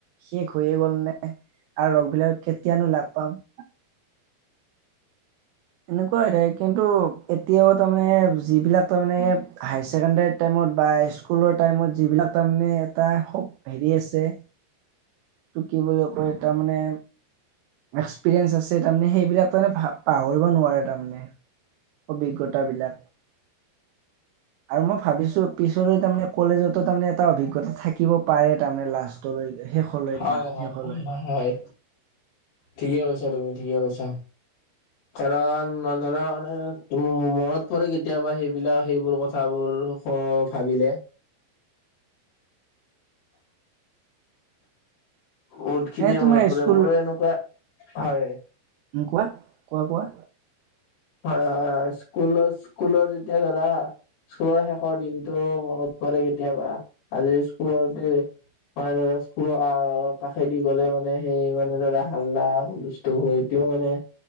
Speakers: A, on the right; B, on the left.
A: শেষ হৈয়ে গ'ল নে আৰু লগ বিলাকক কেতিয়ানো লাগ পাম এনেকুৱাই হৈ থাকে কিন্তু এতিয়াও তাৰমানে যিবিলাক তাৰমানে হায়াৰ ছেকেণ্ডাৰীত টাইমত বা স্কুলৰ টাইমত যিবিলাক তাৰমানে এটা খব হেৰি আছে এইটো কি বুলি কয় তাৰমানে এক্সপিৰিয়েঞ্চ আছে তাৰমানে সেইবিলাক তাৰমানে পাহৰিব নোৱাৰে তাৰমানে অভিজ্ঞতা বিলাক আৰু মই ভাবিছো পিছলৈ তাৰমানে কলেজতো তাৰমানে এটা অভিজ্ঞতা থাকিব পাৰে তাৰমানে লাষ্ট শেষলৈকে, শেষলৈ,
B: হয় হয়
A: শেষলৈ
B: হয় হয় হয়। ঠিকে কৈছা তুমি ঠিকে কৈছা। কাৰণ লৰা হলে তু -মনত পৰে কেতিয়াবা সেইবিলাক সেইবোৰ কথাবোৰ অ ভাবিলে বহুতখিনিয়ে
A: এনে
B: মনত
A: তোমাৰ
B: পৰে
A: স্কুল
B: মোৰো এনেকুৱা, হয়
A: উম কোৱা কোৱা- কোৱা?
B: হয়- হয়- হয় স্কুলৰ- স্কুলৰ যেতিয়া ধৰা স্কুলৰ শেষৰ দিনটো মনত পৰে কেতিয়াবা আজি স্কুলৰ মানে ধৰা স্কুলৰ আ কাষেদি গ'লে মানে সেই মানে ধৰা হাল্লা, হুলস্থূল হৈ এতিয়া মানে